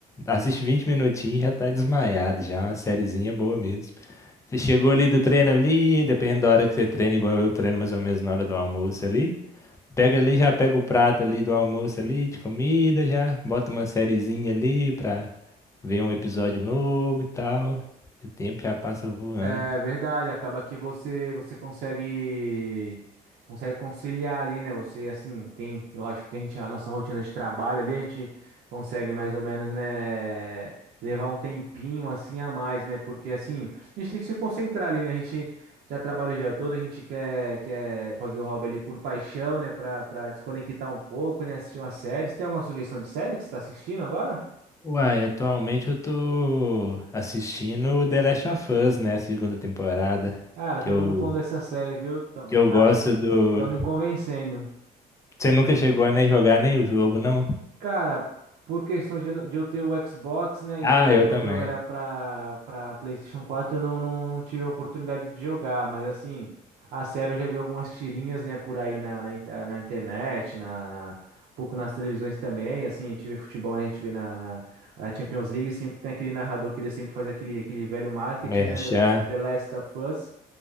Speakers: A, on the left (about 20°); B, on the right (about 70°).
A: assiste 20 minutinhos e já tá desmaiado, já é uma sériezinha boa mesmo. Você chegou ali do treino ali, dependendo da hora que você treina, igual eu treino mais ou menos na hora do almoço ali. Pega ali, já pega o prato ali do almoço ali, de comida, já bota uma sériezinha ali pra ver um episódio novo e tal. E o tempo já passa voando.
B: É verdade, acaba que você você consegue consegue conciliar ali, né? Você assim, tem, eu acho que tem gente, a nossa rotina de trabalho ali, a gente consegue mais ou menos, né, levar um tempinho assim a mais, né? Porque assim, a gente tem que se concentrar ali, né? A gente já trabalha o dia todo, a gente quer quer fazer o hobby ali por paixão, né, Pra para desconectar um pouco, né, assistir uma série. Você tem alguma sugestão de série que você tá assistindo agora?
A: Uai, atualmente eu tô assistindo The Last of Us, né? A segunda temporada.
B: Cara,
A: Que
B: todo
A: eu,
B: mundo falando dessa série, viu? Tão,
A: que
B: tá,
A: eu gosto
B: tá,
A: do.
B: tão me convencendo.
A: Você nunca chegou a nem jogar nem o jogo, não?
B: Cara, por questões de eu não- de eu ter o Xbox, né, e
A: Ah,
B: ele era-
A: eu também.
B: o jogo era pra, pra PlayStation quatro eu não, não, não tive a oportunidade de jogar, mas assim, a sério eu já vi algumas tirinhas, né, por aí na, na, in- eh, na internet, na, na- um pouco nas televisões também, assim, a gente vê futebol, né, a gente vê na, na, na Champions League, sempre tem aquele narrador que ele sempre faz aquele, aquele velho marketing,
A: Merchan.
B: né, do, do The Last of Us,